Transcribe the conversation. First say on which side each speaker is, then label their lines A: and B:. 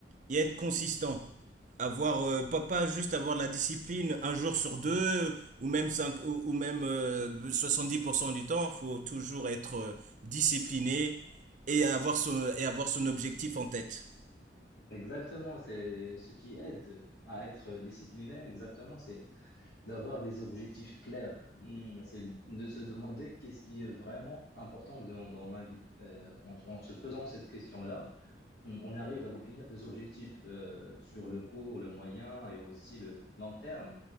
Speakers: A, on the right; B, on the left.
A: et être consistant. Avoir, euh, pas, pas juste avoir de la discipline un jour sur deux ou même, cinq, ou, ou même euh, 70% du temps. faut toujours être euh, discipliné et avoir son, et avoir son objectif en tête.
B: Exactement, c'est ce qui aide à être discipliné. Exactement, c'est d'avoir des objectifs clairs. Hmm, C'est de se demander qu'est-ce qui est vraiment important dans, dans ma vie. Euh, en en se posant cette question-là. Mm, On arrive à définir des objectifs euh, sur le court, le moyen et aussi le long terme.